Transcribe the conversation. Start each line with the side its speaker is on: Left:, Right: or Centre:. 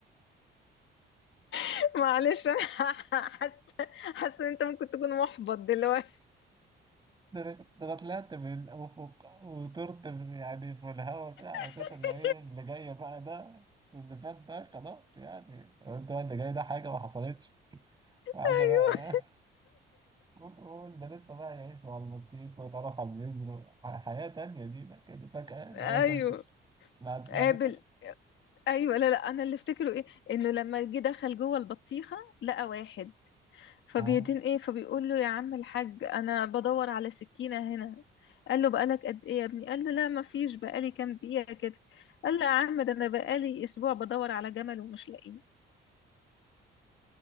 Left: <laughs> معلش انا <laughs> حاسة حاسة ان انت ممكن تكون محبط دلوقتي
Right: ده انا ده أنا طلعت من الافق وطرت من- يعني في الهواء كده على
Left: <laughs>
Right: اساس ان ايه اللي جاي بقى ده بس اللي فات ده خلاص يعني قلت بقى اللي جاي ده حاجه ما حصلتش وحاجه
Left: ايوه
Right: بقى ايه وقول <laughs> ده لسه بقى يعيش مع البطيخ ويتعرف على البذر حياه تانية دي ده كده فجاه
Left: ايوه
Right: هي خلصت بعد بعد
Left: قابل
Right: كل
Left: ايوه لا لا انا اللي افتكره ايه انه لما جه دخل جوه البطيخه لقى واحد فبيدين
Right: آه.
Left: ايه فبيقول له يا عم الحاج انا بدور على سكينه هنا قال له بقالك قد ايه يا ابني قال له لا ما فيش بقالي كام دقيقه كده قال له يا عم ده انا بقالي اسبوع بدور على جمل ومش لاقيه